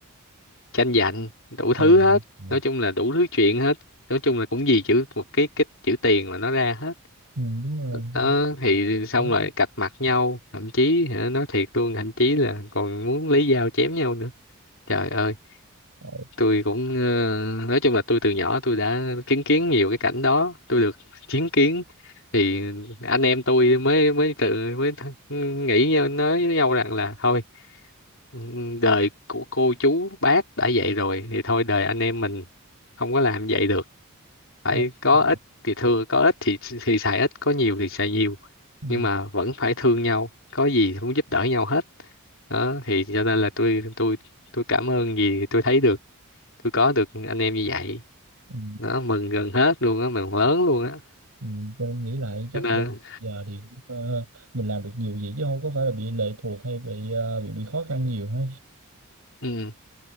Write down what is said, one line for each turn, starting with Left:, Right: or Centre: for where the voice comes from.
Left: tranh giành đủ
Right: ờ,
Left: thứ hết
Right: ừ,
Left: nói chung là đủ thứ chuyện hết nói chung là cũng vì chữ một cái cái chữ tiền mà nó ra hết
Right: ừ, đúng rồi
Left: đó thì xong
Right: Có-
Left: rồi cạch mặt nhau thậm chí hả, nói thiệt luôn thậm chí là còn muốn lấy dao chém nhau nữa trời ơi
Right: ờ,
Left: tôi cũng ờ, nói chung là tôi từ nhỏ tôi đã chứng kiến nhiều cái cảnh đó tôi được chứng kiến thì anh em tôi mới mới tự mới th- ừ, nghĩ nhau- nói với nhau rằng là thôi ừ, đời của cô chú bác đã vậy rồi thì thôi đời anh em mình không có làm vậy được phải
Right: có-
Left: có
Right: ừ,
Left: ít thì thưa có ít thì thì xài ít có nhiều thì xài nhiều
Right: ừ,
Left: nhưng mà vẫn phải thương nhau có gì cũng giúp đỡ nhau hết đó thì cho nên là tôi tôi tôi cảm ơn vì tôi thấy được tôi có được anh em như vậy
Right: ừ,
Left: nó mừng gần hết luôn á mừng lớn
Right: ờ,
Left: luôn á
Right: ừ. tôi nghĩ lại chắc
Left: cho nên
Right: đâu giờ thì ờ, mình làm được nhiều vậy chứ không có phải là bị lệ thuộc hay bị ờ, bị bị khó khăn nhiều ha
Left: ừ.